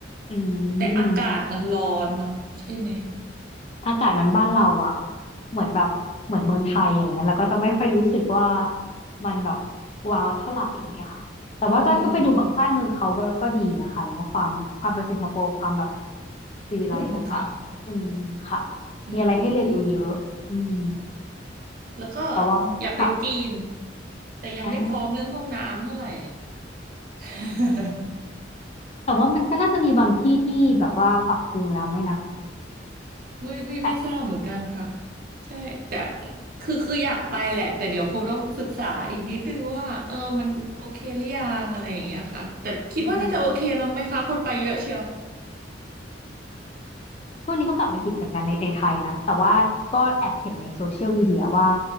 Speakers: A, on the left; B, on the right.
A: อืม
B: แต่อากาศมันร้อนเนาะใช่ไหม
A: อากาศมันบ้านเราอะเหมือนแบบเหมือนเมืองไทยอย่างเงี้ยแล้วก็จะไม่ค่อยรู้สึกว่ามันแบบว้าวเท่าไหร่อย่างเงี้ยค่ะแต่ว่าก็ก็ไปดูบ้านเมืองเขาก็ก็ดีนะคะอะไรเงี้ยความความเป็นสิงคโปร์ความแบบ
B: อืม
A: สิวิไลซ์ต่างๆอืมค่ะ
B: อืมอืมค่ะอื
A: มีอะไรให้เรียนรู้เยอะอืม
B: ม แล้วก็
A: แต่ว่าค่ะ
B: อยากไปจีนแต่ยังไม่พร้อมเรื่องห้องน้ำเท่าไหร่
A: อ่า
B: <laughs>
A: แต่ว่ามันก็น่าจะมีบางที่ที่แบบว่าปรับปรุงแล้วไหมนะ
B: ไม่ไม่ไม่ทราบเหมือนกันค่ะ
A: แต่
B: ใช่แต่คือคืออยากไปแหละแต่เดี๋ยวคงต้องศึกษาอีกนิดนึงว่าเออมันโอเคหรือยังอะไรอย่างเงี้ยค่ะแต่คิดว่าน่าจะโอเคแล้วไหมคะคนไปเยอะเชียว
A: อืม ช่วงนี้ก็กลับมาคิดเหมือนกันในในไทยนะแต่ว่าก็แอบเห็นในโซเชียลมีเดียว่า